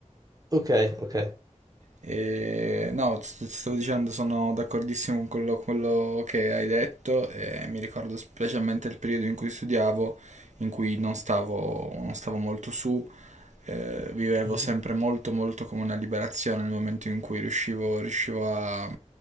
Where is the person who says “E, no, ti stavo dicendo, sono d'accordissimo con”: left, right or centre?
Right